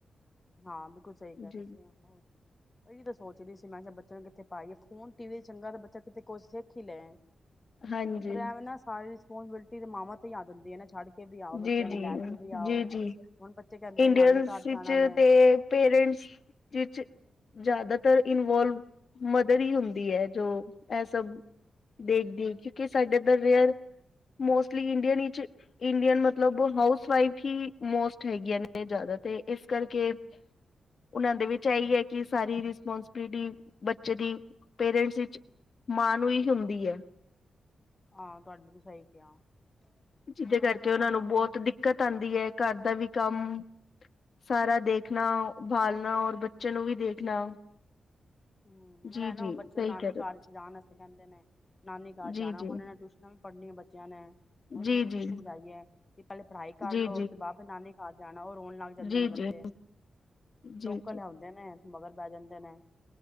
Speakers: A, on the left; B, on the left.
A: ਹਾਂ ਬਿਲਕੁਲ ਸਹੀ ਕਹਿ
B: ਜੀ
A: ਰਹੇ ਤੁਸੀ ਇਹੀ ਤਾਂ ਸੋਚ ਰਹੀ ਸੀ ਮੈਂ ਕਿਹਾ ਬੱਚਿਆਂ ਨੂੰ ਕਿੱਥੇ ਪਾਈਏ ਫੋਨ ਟੀ ਵੀ ਚੰਗਾ ਤੇ ਬੱਚਾ ਕਿਤੇ ਕੁਛ ਸਿੱਖ ਹੀ ਲੈਣ।
B: ਹਾਂਜੀ
A: ਪਰ ਏ ਵੀ ਨਾ ਸਾਰੀ <inaudible> ਮਾਵਾਂ ਤੇ ਹੀ ਆ ਜਾਂਦੀ ਆ ਨਾ ਛੱਡ ਕੇ ਵੀ ਆਓ ਬੱਚਿਆਂ
B: ਜੀ ਜੀ
A: ਨੂੰ ਲੈ ਕੇ ਵੀ ਆਓ
B: ਜੀ ਜੀ
A: ਹੁਣ ਬੱਚੇ ਕਹਿੰਦੇ
B: ਇੰਡੀਅਨਸ
A: ਨਾਨੀ ਘਰ
B: ਵਿੱਚ
A: ਜਾਣਾ ਵੈਂ।
B: ਤੇ ਪੇਰੈਂਟਸ ਵਿਚ ਜਿਆਦਾਤਰ ਇਨਵਲਵ ਮਦਰ ਹੀ ਹੁੰਦੀ ਹੈ ਜੋ ਇਹ ਸਬ ਦੇਖਦੇ ਕਿਉੰਕਿ ਸਾਡੇ ਰੀਅਰ ਮੋਸਟਲੀ ਇੰਡੀਅਨ ਵਿਚ ਇੰਡੀਅਨ ਮਤਲਬ ਹਾਊਸ ਵਾਈਫ ਹੀ ਮੋਸਟ ਹੈਗੀਆ ਨੇ ਜਿਆਦਾ ਤੇ ਇਸ ਕਰਕੇ ਉਹਨਾ ਦੇ ਵਿਚ ਆਹੀ ਹੈ ਕਿ ਸਾਰੀ ਰਿਸਪੋਂਸਬਿਲਿਟੀ ਬੱਚੇ ਦੀ ਪੇਰਟਸ ਵਿਚ ਮਾਂ ਨੂੰ ਹੀ ਹੁੰਦੀ ਹੈ।
A: ਆਹ ਤੁਹਾਡੀ ਵੀ ਸਹੀ ਕਿਹਾ।
B: ਜਿਹਦੇ
A: ਉਹਨੇ
B: ਕਰਕੇ
A: ਨਾ
B: ਉਹਨਾਂ
A: ਹੁਣ
B: ਨੂੰ ਬਹੁਤ ਦਿੱਕਤ ਆਉਂਦੀ ਹੈ। ਘਰ ਦਾ ਵੀ ਕੰਮ ਸਾਰਾ ਦੇਖਣਾ ਬਾਲਣਾ ਔਰ ਬੱਚੇ ਨੂੰ ਵੀ ਦੇਖਣਾ
A: ਹੂੰ ਹੈ
B: ਜੀ ਜੀ
A: ਨਾ ਬੱਚੇ
B: ਸਹੀ
A: ਨਾਨੀ
B: ਕਹਿ ਰਹੇ
A: ਘਰ,
B: ਹੋ।
A: 'ਚ ਜਾਣ ਅਸਤੇ ਕਹਿੰਦੇ ਨੇ ਨਾਨੀ ਘਰ
B: ਜੀ
A: ਜਾਣਾ
B: ਜੀ
A: ਹੁਣੇ ਨੇ ਟਿਊਸ਼ਨਾਂ ਵੀ ਪੜ੍ਹਨੀਆਂ ਬੱਚੇ ਜਾਨਾ। ਉਹਨਾਂ
B: ਜੀ
A: ਨੂੰ
B: ਜੀ
A: ਕੀ ਸਮਝਾਈਏ ਕਿ ਪਹਿਲੇ ਪੜ੍ਹਾਈ ਕਰ
B: ਜੀ
A: ਲਓ
B: ਜੀ
A: ਉਸਦੇ ਬਾਅਦ ਫ ਨਾਨੀ ਕ ਜਾਣਾ ਉਹ ਰੋਣ ਲੱਗ ਜਾਂਦੇ
B: ਜੀ
A: ਨੇ ਬੱਚੇ
B: ਜੀ ਜੀ ਜੀ
A: ਲੋਕਲ
B: ਜੀ ਜੀ
A: ਆਉਂਦੇ ਨੇ। ਮਗਰ ਬੈ ਜਾਂਦੇ ਨੇ